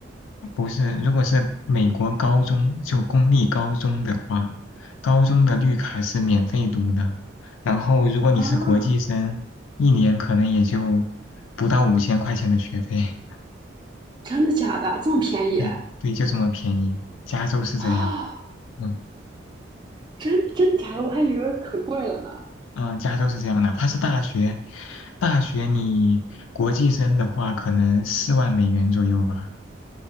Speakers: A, on the left (about 85°); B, on the right (about 25°).
A: 不是，如果是美国高中，就公立高中的话，高中的绿卡是免费读的，然后如果你是国际生，
B: 啊。
A: 一年可能也就不到五千块钱的学费。
B: 真的假的？这么便宜？
A: <laughs> 对对，就这么便宜，加州是这样。
B: <gasps> 啊，
A: 嗯。
B: 真真假的？我还以为可贵了呢，
A: 嗯、呃加州是这样，哪怕是大学，大学你国际生的话，可能四万美元左右吧。